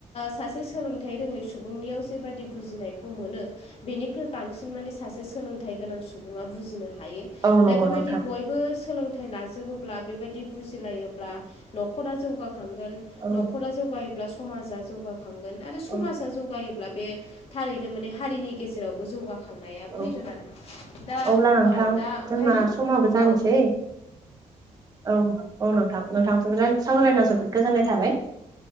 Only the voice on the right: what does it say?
औ नंगौ
नोंथां
औ
औ
औ
अब्ला नोंथां
जोंना समाबो जानोसै
औ औ नोंथां नोंथांजों सावरायना जोबोद गोजोननाय थाबाय